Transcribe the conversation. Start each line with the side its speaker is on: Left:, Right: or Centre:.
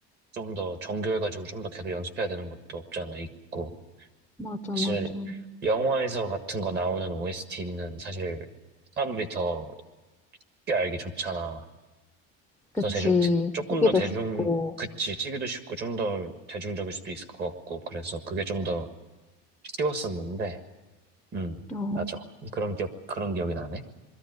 Right: 좀 더 정교해가지고 좀 더 계속 연습해야 되는 것도 없잖아, 있고.
Centre: 맞아,
Right: 사실,
Centre: 맞아.
Right: 영화에서 같은 거 나오는 OST는 사실 사람들이 더 쉽게 알기 좋잖아.
Centre: 그치.
Right: 더 대중, 대- 조금
Centre: 쓰기도
Right: 더 대중,
Centre: 쉽고.
Right: 그치, 치기도 쉽고 좀 더 대중적일 수도 있을 것 같고. 그래서 그게 좀 더 쉬웠었는데. 음,
Centre: 어,
Right: 맞아. 그런 기억, 그런 기억이 나네.